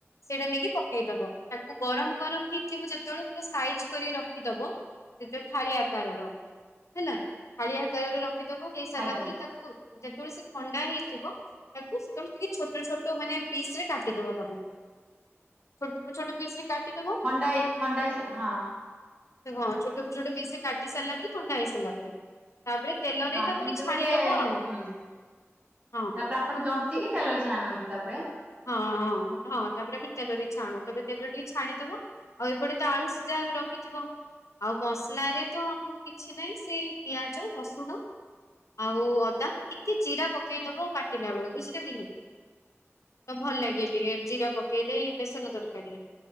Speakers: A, on the left; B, on the right.
A: ସେଇଟା ନେଇକି ପକେଇଦବ ତାକୁ ଗରମ କରଖଥିବ ଯେତେବେଳେ ପୁରା ସାଇଜ କରିକି ରଖିଦବ ସେ ଯେ ଥାଳି ଆକାରର ହେଲା ଥାଳି ଆକାରରେ ରଖିଚ। ହେଇ ସାରିଲା
B: ଆଜ୍ଞା।
A: ପରେ ତାକୁ ଯେତେବେଳେ ସେ ଥଣ୍ଡା ହେଇଯିବ ତାକୁ ସେତେବେଳେ ଟିକେ ଛୋଟ ଛୋଟ ମାନେ ପିସରେ କାଟିଦବ ତମେ ଛୋଟ ଛୋଟ ପିସରେ କାଟିଦବ।
B: ଥଣ୍ଡାାଇ ଥଣ୍ଡାା ହେ ହଁ।
A: ହଁ ଛୋଟ ଛୋଟ ପିସରେ କାଟି ସାରିଲା ପରେ ଥଣ୍ଡା ହେଇ ସାରିଲା ପରେ ତାପରେ ତେଲ
B: ହଁ
A: ଦେଇ ତାକୁ
B: ଯେମିତି
A: ଟିକେ
B: ଗୋଟେ
A: ଛାଣିଦବ ଆଉ
B: ହୁଁ।
A: ହଁ।
B: ତାପରେ ଆପଣ ଜମ୍ପ
A: ଛୋ-
B: ଟିକିଏ ତେଲ ଛାଣନ୍ତି ତାପରେ
A: ହଁ ହଁ ତାପରେ ଏବେ ତେଲରେ ଛାଣୁ ଥେବେ ତେଲ ଟିକେ ଛାଣିଦବ। ଆଉ ଏପଟେ ତ ଆଳୁ ସିଝା ରଖିଥିବ ଆଉ ମସଲାରେ ତ ଆ କିଛି ନାହିଁ ସେଇ ପିଆଜ ରସୁଣ ଆଉ ଅଦା ଟିକେ ଜିରା ପକେଇଦବ ଆଉ ବାଟିଲା ବେଳୁ ବୁଝିଲ କି ନାଇଁ। ତ ଭଲ ଲାଗେ ଟିକେ ଜିରା ପକେଇଲେ ବେସନ ତରକାରୀରେ